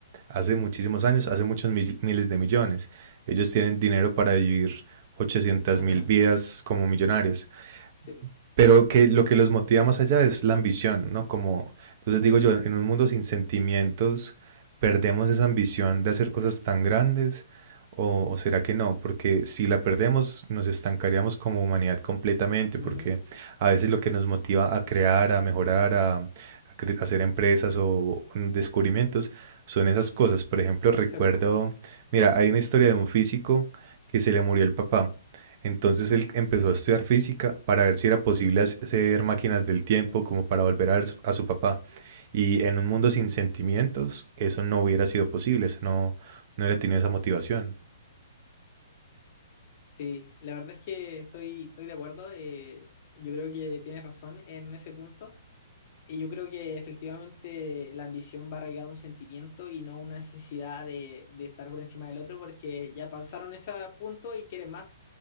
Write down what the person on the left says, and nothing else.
Ajá,
sí.
Ujú.
Sí,
Sí, la verdad es que estoy, estoy de acuerdo. eh, yo creo que tienes razón en ese punto. Y yo creo que efectivamente la ambición va arraigada a un sentimiento y no una necesidad de, de estar por encima del otro porque ya pasaron ese punto y quieren más.